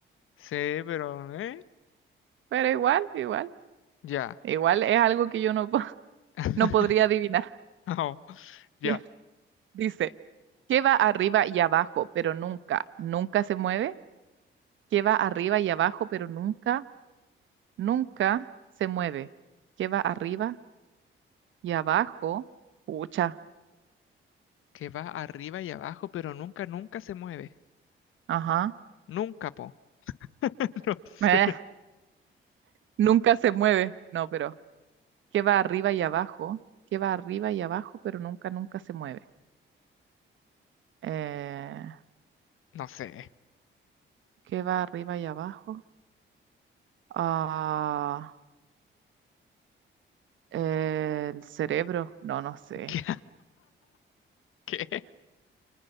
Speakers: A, on the left; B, on the right.
A: Sí, pero... ¿eh?
B: Pero igual, igual.
A: Ya.
B: Igual es algo que yo no, po- <laughs>
A: <laughs>
B: no podría adivinar.
A: No, ya.
B: <laughs> Dice. ¿Qué va arriba y abajo, pero nunca, nunca se mueve? ¿Qué va arriba y abajo, pero nunca, nunca se mueve? ¿Qué va arriba y abajo? Pucha,
A: Que va arriba y abajo, pero nunca, nunca se mueve.
B: ajá.
A: Nunca, po. <laughs> No sé.
B: Eh, nunca se mueve. No, pero ¿qué va arriba y abajo? ¿Qué va arriba y abajo, pero nunca, nunca se mueve? Eh,
A: No sé.
B: ¿qué va arriba y abajo? Ah, el cerebro. No, no sé.
A: <laughs> ¿Qué? ¿Qué?